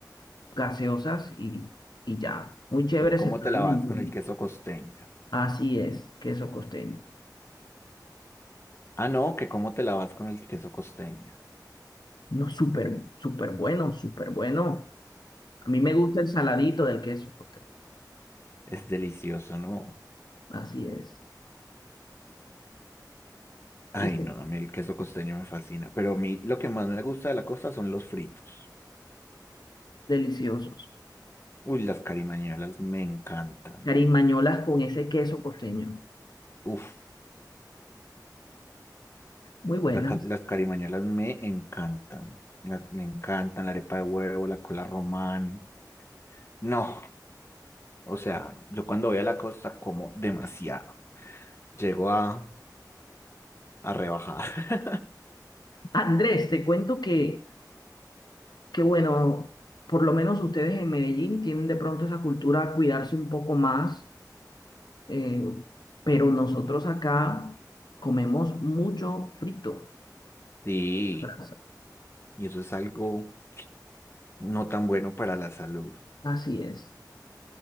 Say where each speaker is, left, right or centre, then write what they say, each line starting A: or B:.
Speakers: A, on the left; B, on the left.
A: gaseosas y, y ya. Muy chévere ese
B: ¿Cómo
A: plan.
B: te la vas
A: ninguno.
B: con el queso costeño?
A: Así es, queso costeño.
B: Ah, no, que cómo te la vas con el queso costeño.
A: No, súper, súper bueno, súper bueno. A mí me gusta el saladito del queso costeño.
B: Es delicioso, ¿no?
A: Así es.
B: Ay,
A: Y sí,
B: no, a mí el queso costeño me fascina, pero a mí lo que más me gusta de la costa son los fritos.
A: deliciosos.
B: Uy, las carimañolas me encantan.
A: Carimañolas con ese queso costeño.
B: Uf,
A: Muy buenas.
B: la ca- las carimañolas me encantan. La- me encantan la arepa de huevo, la cola román. No, o sea, yo cuando voy a la costa como demasiado. Llego a, a rebajar. <laughs>
A: Andrés, te cuento que, que bueno, por lo menos ustedes en Medellín tienen de pronto esa cultura a cuidarse un poco más, eh, pero nosotros acá comemos mucho frito.
B: Sí,
A: Brazo.
B: y eso es algo no tan bueno para la salud.
A: Así es.